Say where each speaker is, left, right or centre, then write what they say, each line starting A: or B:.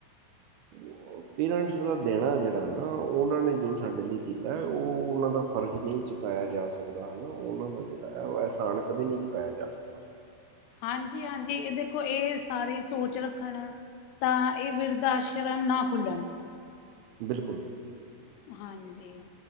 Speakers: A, on the right; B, on the left.
A: <inaudible> ਪੇਰੈਂਟਸ ਦਾ ਦੇਣਾ ਜਿਹੜਾ ਨਾ ਉਹਨਾਂ ਨੇ ਜੋ ਸਾਡੇ ਲਈ ਕੀਤਾ, ਉਹ ਉਹਨਾਂ ਦਾ ਫਰਜ਼ ਨਹੀਂ ਚੁਕਾਇਆ ਜਾ ਸਕਦਾ, ਹਨਾ ਉਹਨਾਂ ਦਾ ਜਿਹੜਾ ਹੈ ਉਹ ਅਹਿਸਾਨ ਕਦੇ ਨਹੀਂ ਚੁਕਾਇਆ ਜਾ ਸਕਦਾ।
B: ਹਾਂਜੀ-ਹਾਂਜੀ, ਇਹ ਦੇਖੋ ਇਹ ਸਾਰੇ ਸੋਚ ਰੱਖਣ ਤਾਂ, ਇਹ ਵਿਰਧ ਆਸ਼ਰਮ ਨਾ ਖੁੱਲਣ।
A: ਬਿਲਕੁਲ।
B: ਹਾਂਜੀ,